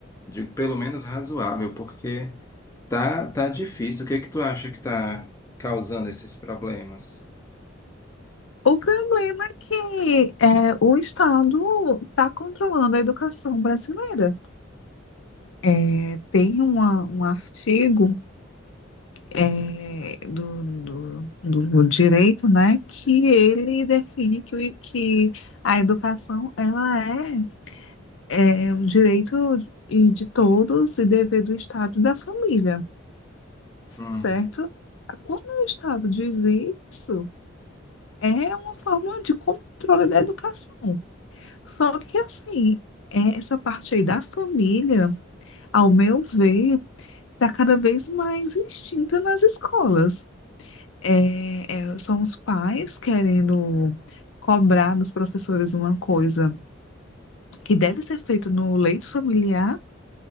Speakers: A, on the left; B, on the left.
A: digo pelo menos razoável, porque tá tá difícil. O que é que tu acha que está causando esses problemas?
B: O problema é que é, o Estado está controlando a educação brasileira. É, tem uma, um artigo. é, do, do, do direito, né, que ele define que, o- que a educação ela é, é um direito e de todos e dever do Estado e da família,
A: Uhum.
B: certo? Quando o Estado diz isso, é uma forma de controle da educação. Só que assim, é, essa parte aí da família, ao meu ver, está cada vez mais extinta nas escolas. É, é, são os pais querendo cobrar dos professores uma coisa que deve ser feita no leito familiar,